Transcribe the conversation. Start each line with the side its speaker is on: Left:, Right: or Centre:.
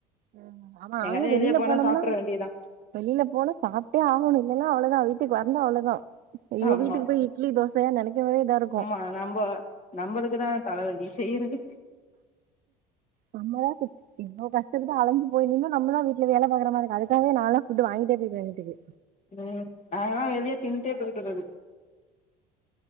Right: ம் ஆமா நாங்களு
Left: எங்காது வெளில போனா
Right: போனோம்னா
Left: சாப்ட்ற வேண்டியதா
Right: வெளில போனா சாப்ட்டே ஆகணு இல்லன்னா அவ்ளோதா வீட்டுக்கு வந்தா அவ்ளோதா ஐயோ
Left: ஆமா
Right: வீட்டுக்கு போயி இட்லி தோசையா நெனைக்குபோதே இதா இருக்கு
Left: ஆ நம்ப நம்பளுக்குதா தலவலி செய்றது
Right: நம்மதா தி இவ்ளோ கஷ்டபட்டு அலஞ்சு போய் நின்னு நம்மதா வீட்ல வேல பாக்ற மாரி இருக்கு அதுக்காவே நான்ல்லா ஃபுட்டு வாங்கிட்டே போயிடுவே வீட்டுக்கு
Left: ம், நாங்கெல்லா வெளியே திண்ட்டே போயிட்டு இருக்றது